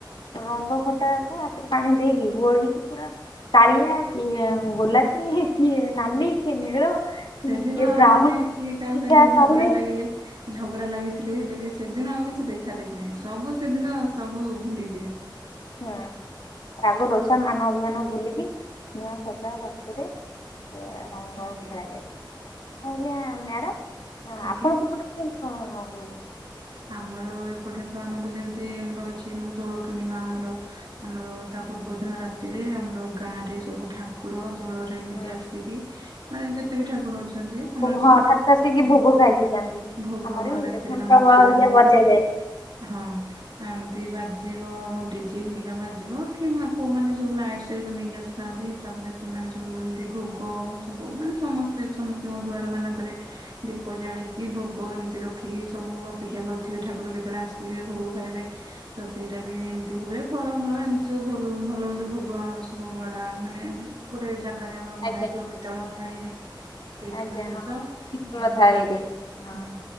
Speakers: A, on the left; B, on the right.
A: ରଙ୍ଗ ଫଟାକୁ ହାତରେ ପାଣି ଦେଇକି ବୋଳକି ପୁରା କାଳିଆ କିଏ ଗୋଲାପୀ ହେ କିଏ ନାଲି? କିଏ ନୀଳ।
B: ସେଦିନ
A: କିଏ
B: ଆଉ
A: ବ୍ରାଉନ
B: ମାନେ କିଏ କାହା ସାଙ୍ଗରେ
A: ଯାହା
B: ଝଗଡା
A: ପାରିବେ
B: ଲାଗିଲେ ଝଗଡା ଲାଗିଥିଲେ ହେଲେ ବି ସେଦିନ ଆଉ କିଛି ଦେଖା ଦେେଖି ନାହିଁ ସବୁ ସେଦିନ ସବୁ ଭୁଲିଯିବେ।
A: ହଁ। ରାଗ ରୋଷା ମାନ ଅଭିଯାନ ଭୂଲିକି ସ୍ନେହ ଶ୍ରଦ୍ଧା ଭକ୍ତିରେ - ସେୟା। ରଙ୍ଗ
B: ଆଜ୍ଞା
A: ଖେଳାାଯାଏ ଆଜ୍ଞା ମ୍ୟାଡ଼ାମ,
B: ଆଜ୍ଞା
A: ଆପଣ ସେପଟରେ କୁହନ୍ତୁ କଣ ହୁଏ?
B: ଆମର ଏପଟେ ତ ଆମର ଯେମିତି ଆମର ଅଛି ଆମର ଦୋଳ ପୂର୍ଣ୍ଣିମା ଆମର ଆମର ତା ପୂର୍ବ ଦିନ ରାତିରେ ଆମର ଗାଁ ରେ ସବୁ ଠା କୁର ଦୋଳରେ ଏମିତି
A: ହୁଁ
B: ଆସିକି ମାନେ ଯେ ଯେତେ ବି ଠାକୁର ଅଛନ୍ତି ଆମର,
A: ହଁ ଠାକୁର ଆସିକି
B: ଆଜ୍ଞା,
A: ଭୋଗ ଖାଇକି ଯାଆନ୍ତି।
B: ଭୋଗ
A: ଆମର
B: ହ
A: ବି ହୁଏ
B: ରାତିରେ
A: ଘଣ୍ଟ
B: ଆମର
A: ହେରିକା
B: ସେଟା ଆମର,
A: ବଜାଯାଏ।
B: ହଁ ଏମତି ବାଜ ଯିବ ଡିଜିେ ହେିରିକା ବାଜିବ କିମ୍ବା କେଉଁମାନେ ସବୁ ଲାଇଟ୍ସ ହେରିକା ନେଇକି ଆସିଥାନ୍ତି ତାପରେ ସେମାନେ ସବୁ ଏମିତି ଭୋଗ ସବୁ ମାନେ ସମସ୍ତେ ସମସ୍ତଙ୍କ ଦୁଆର ମାନଙ୍କରେ ଦୀପ ଜାଳିକି ଭୋଗ ଏମିତି ରଖିକି ସବୁ ଅପେକ୍ଷା କରିଥିବେ ଠାକୁର କେତେବେଳେ ଆସିବେ ଭୋଗ ଖାଇବେ। ତ ସେଇଟା ବି ଏମିତି ହୁଏ ଫଳମୂଳ ଏମିତି ସବୁ ଭୋ ଭଲ ଭଲ ମନ୍ଦ ଭୋଗ ଆମର ସ ବୋବଡା ମାନେ ଗୋଟେ ଜାଗାରେ ଆମର
A: ଆଜ୍ଞା।
B: ବଢା ହେଇଥିବ ପିତ୍ତଳ ଥାଳିରେ ସେ
A: ଆଜ୍ଞା
B: ସବୁ ଜିନିଷ,
A: ହଁ ପିତ୍ତଳ ଥାଳିରେ
B: ତାପରେ -ହୁଁ
A: ହଁ